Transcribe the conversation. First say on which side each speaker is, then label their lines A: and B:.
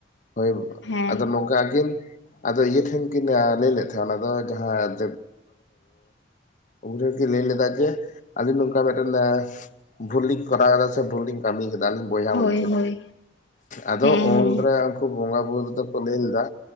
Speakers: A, on the left; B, on the left.
A: ᱦᱳᱭ
B: ᱦᱮᱸ
A: ᱟᱫᱚ ᱱᱚᱝᱠᱟ ᱟᱠᱤᱱ ᱟᱫᱚ ᱤᱭᱟᱹ ᱴᱷᱮᱱ ᱠᱤᱱ ᱞᱟᱹᱭ ᱞᱮᱫ ᱛᱟᱦᱮᱸᱱᱟ ᱚᱱᱟ ᱫᱚ ᱡᱟᱦᱟᱸ <unintelligible> ᱩᱱᱨᱮ ᱠᱤᱱ ᱞᱟᱹᱭ ᱞᱮᱫᱟ ᱡᱮ ᱟᱹᱞᱤᱧ ᱱᱚᱝᱠᱟ ᱢᱤᱫᱴᱮᱱ ᱮ ᱵᱷᱩᱞᱤᱝ ᱠᱚᱨᱟᱣᱫᱟ ᱥᱮ ᱵᱷᱩᱞᱤᱧ ᱠᱟᱹᱢᱤᱭ ᱠᱮᱫᱟ ᱟᱹᱞᱤᱧ ᱵᱚᱭᱦᱟ
B: ᱦᱳᱭ
A: ᱢᱚᱫᱽᱫᱷᱮ
B: ᱦᱳᱭ
A: ᱨᱮ ᱟᱫᱚ
B: ᱦᱮᱸ ᱦᱮᱸ
A: ᱩᱱᱨᱮ ᱠᱩ ᱵᱚᱸᱜᱟ ᱵᱩᱨᱩ ᱫᱚᱠᱚ ᱞᱟᱹᱭ ᱞᱮᱫᱟ᱾